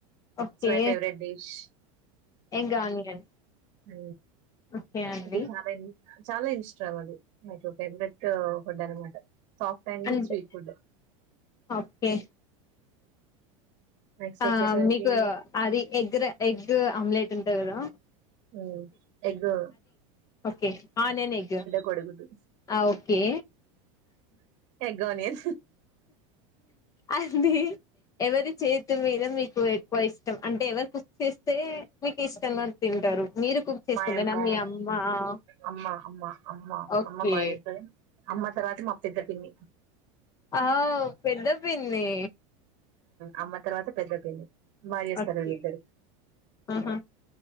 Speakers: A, on the left; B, on the right.
A: okay
B: it's my favourite dish
A: egg onion
B: ఆ
A: ఓకే అండి
B: అది చాలా ఇ చాలా ఇష్టం అది మకు ఫేవరెట్ ఫుడ్ అనమాట సాఫ్ట్ అండ్
A: అంటే
B: స్వీట్ ఫుడ్
A: ఓకే
B: నెక్స్ట్
A: ఆ
B: వచ్చేసరికి
A: మీకు అది ఎగ్ రైఎగ్ ఆమ్లెట్ ఉంటది కదా
B: ఉమ్ ఎగ్గు
A: ఒకే ఆనియన్ ఎగ్గు
B: కోడిగుడ్డు
A: ఆ ఒకే
B: ఎగ్ ఆనియన్
A: అండి ఎవరి చే క్ మీద మీకు ఎక్కువ ఇష్టం అంటే ఎవరు కుక్ చేస్తే మీకు ఇష్టంగా తింటారు మీరు కుక్ చేసుకుంటేనా
B: మాయమ్మ
A: మీ అమ్మ
B: అమ్మా అమ్మా అమ్మా
A: ఓకే
B: అమ్మా బయంటది అమ్మ తర్వాత మా పెద్ద పిన్ని
A: ఆ పెద్ద పిన్ని
B: అమ్మ తర్వాత పెద్ద పిన్ని బాగా చేస్తారు
A: ఓకే
B: వీళ్లు ఇద్దరు
A: ఆహా